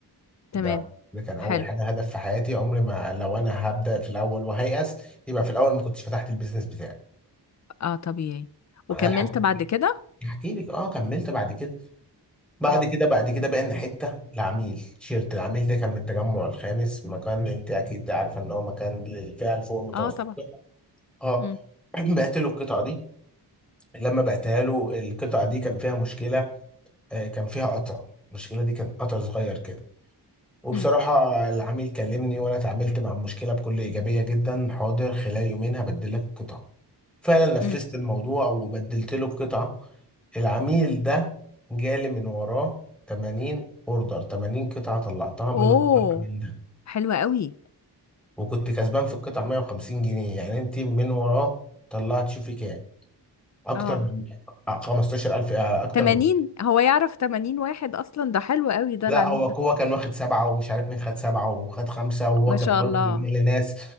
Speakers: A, on the left (about 45°); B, in the centre.
A: تمام
B: ده ده كان اول
A: حلو
B: حاجه هدف في حياتي عمري ما لو انا هبدا في الاول وهيأس يبقى في الاول ما كنتش فتحت البيزنس بتاعي
A: اه طبيعي وكملت
B: معايا لحد
A: بعد كده
B: احكي لك اه كملت بعد كده بعد
A: اه
B: كده بعد كده بقينا حته العميل تيشيرت العميل ده كان من التجمع الخامس مكان انت اكيد عارفه ان هو مكان للفئه اللي فوق المتوسطه
A: اه طبعا
B: اه
A: امم
B: <clears throat> بعت له القطعه دي لما بعتها له القطعه دي كان فيها مشكله آه، كان فيها قطع المشكله دي كان قطع صغير كده وبصراحه
A: امم
B: العميل كلمني وانا اتعاملت مع المشكله بكل ايجابيه جدا حاضر خلال يومين هبدل لك القطعه فعلا نفذت
A: امم
B: الموضوع وبدلت له القطعه العميل ده جالي من وراه 80 اوردر 80 قطعه طلعتها
A: اوه
B: من ورا العميل ده
A: حلوة قوي
B: وكنت كسبان في القطعه 150 جنيه يعني انت من وراه طلعت شوفي كام اكتر
A: اه
B: من 15000 آه، اكتر
A: 80
B: من
A: هو يعرف 80 واحد اصلا ده حلو قوي ده
B: لا
A: العميل
B: هو هو
A: ده
B: كان واخد سبعه ومش عارف مين خد سبعه وخد خمسه وهو
A: ما
B: كان
A: شاء
B: برضه
A: الله
B: بيبيع لناس